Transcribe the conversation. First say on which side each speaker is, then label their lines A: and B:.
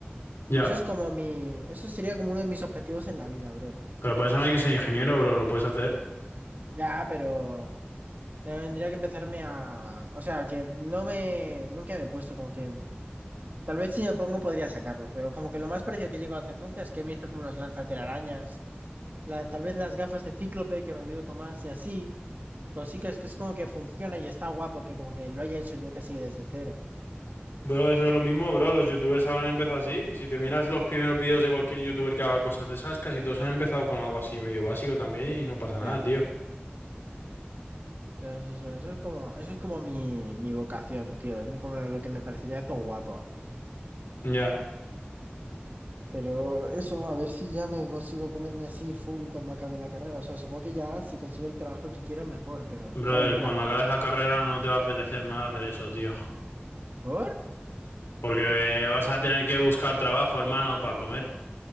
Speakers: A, on the left; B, on the right.
A: Ya,
B: Eso es como mi... Eso sería como uno de mis objetivos en la vida, bro.
A: pero para eso no hay que ser ingeniero, bro, lo puedes hacer.
B: Ya, pero... Tendría que empezarme a... O sea, que no me... Nunca me he puesto como que Tal vez si me pongo podría sacarlo, pero como que lo más parecido que llego a hacer nunca es que me hizo como unos lanzatelarañas, la, tal vez las gafas de Cíclope que me ayudó Tomás y así, cositas que es como que funciona y está guapo que como que lo haya hecho yo casi desde cero.
A: Bro, eso es lo mismo, bro. Los youtubers ahora han empezado así. Si te miras los primeros vídeos de cualquier youtuber que haga cosas de esas, casi todos han empezado con algo así medio básico también y no pasa
B: O
A: nada,
B: sea,
A: tío.
B: entonces eso, eso es como, eso es como mi, mi vocación, tío, eso es como lo que me parecería todo guapo.
A: Ya.
B: Pero eso, a ver si ya me consigo ponerme así full cuando acabe la carrera. O sea, supongo que ya si consigo el trabajo que quiero mejor, pero,
A: Brother,
B: ¿sabes? En plan,
A: cuando acabes la carrera no te va a apetecer nada hacer eso, tío.
B: ¿por?
A: Porque eh, vas a tener que buscar trabajo, hermano, para comer.